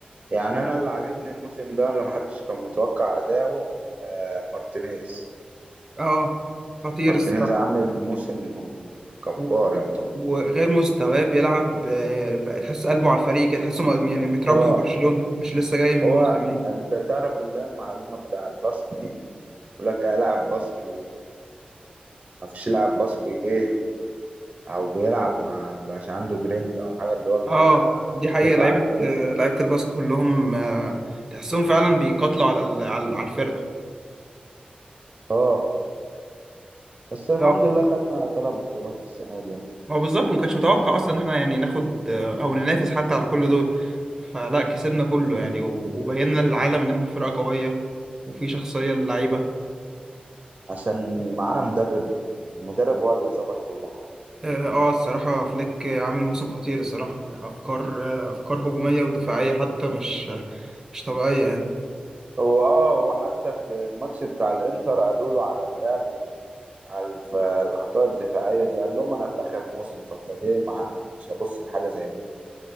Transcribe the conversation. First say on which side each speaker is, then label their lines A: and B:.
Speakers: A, on the right; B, on the right.
A: يعني انا اللي عاجبني الموسم ده اللي محدش كان متوقع اداؤه آه مارتينيز
B: اه خطير
A: مارتينيز
B: الصراحه
A: عامل موسم جبار
B: و-
A: يعني
B: وغير مستواه بيلعب آه، بقى تحس قلبه على الفريق كده تحسه م- يعني متربي
A: اه
B: في برشلونه مش لسه جاي من
A: هو
B: موسم يعني
A: انت تعرف اللي هي المعلومه بتاع الباسك دي يقول لك ايه لاعب باسك ما فيش لاعب باسك جه او بيلعب ما بقاش عنده جرينت او حاجه اللي هو بيبقى
B: اه دي حقيقة
A: دافع
B: لعيبة
A: على الفريق
B: آه، لعيبة الباسك كلهم آه، تحسهم فعلا بيقاتلوا على ال- على ال- على الفرقة
A: اه بس الحمد
B: لا
A: لله خدنا ثلاث بطولات السنه دي
B: ما هو بالظبط ما كانش متوقع اصلا ان احنا يعني ناخد آه، او ننافس حتى على كل دول فلا كسبنا كله يعني و- وبينا للعالم ان احنا فرقة قوية وفي شخصية للعيبة
A: عشان معانا مدرب المدرب هو اللي ظبط كل حاجه
B: اه آه، الصراحة فليك آه، عامل موسم خطير الصراحة افكار آه، افكار هجومية ودفاعية حتى مش آه، مش طبيعية يعني
A: هو اه هو حتى في الماتش بتاع الانتر قالوا له على اللي هي ال- على الف- الاخطاء الدفاعيه دي قال لهم انا في اخر موسم فالطبيعي ما مش هبص لحاجه زي دي